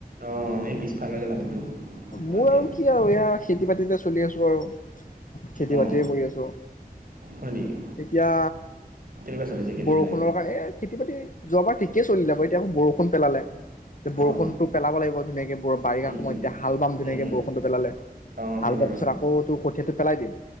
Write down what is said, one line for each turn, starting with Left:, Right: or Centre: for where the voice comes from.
Right: অঁ এই পিছফালৰ যে মাটিটো
Left: মোৰ
Right: মাটি
Left: আৰু কি আৰু এয়া খেতি বাতিত চলি আছোঁ আৰু খেতি
Right: অঁ
Left: বাতি যে কৰি আছোঁ
Right: হয় নেকি
Left: এতিয়া
Right: কেনেকুৱা চলিছে খেতি
Left: বৰষুণৰ
Right: চেতি
Left: কাৰণে খেতি বাতি যোৱাবাৰ ে চলিলে বাৰু এতিয়া বৰষুণ পেলালে। বৰষুণতো
Right: অঁ
Left: পেলাব লাগিব ধুনীয়াকে বাৰিষা
Right: উম
Left: সময়
Right: উম
Left: এতিয়া হাল বাম ধুনীয়াকে
Right: উম উম
Left: বৰষুণটো পেলালে,
Right: অঁ
Left: হাল
Right: হয়
Left: বোৱাৰ
Right: বাৰু
Left: পিছত আকৌ তোৰ কঠীয়াটো পেলাই দিম,